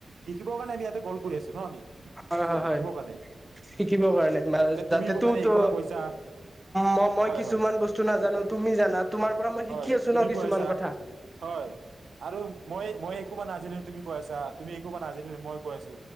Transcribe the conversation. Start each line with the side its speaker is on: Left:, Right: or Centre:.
Right: শিকিব কাৰণে আমি কল কৰি আছো ন আমি।
Centre: হয়
Right: একো
Centre: হয়
Right: শিকিবৰ
Centre: হয়
Right: কাৰণে
Centre: শিকিব
Right: হয়
Centre: কাৰণে
Right: এতিয়া তুমি
Centre: যাতে
Right: মোৰ
Centre: তো
Right: কাৰণে
Centre: তো
Right: একোবা কৈছা
Centre: ম মই
Right: হয়
Centre: কিছুমান
Right: হয় ত
Centre: বস্তু নাজানো তুমি জানা তোমাৰ পৰা মই
Right: হয়
Centre: শিকি আছো
Right: তুমি
Centre: ন কিছুমান
Right: কৈ আছা
Centre: কথা
Right: হয় আৰু মই মই একো বা নাজানিলো তুমি কৈ আছা তুমি একো বা নাজানিলে মই কৈ আছো।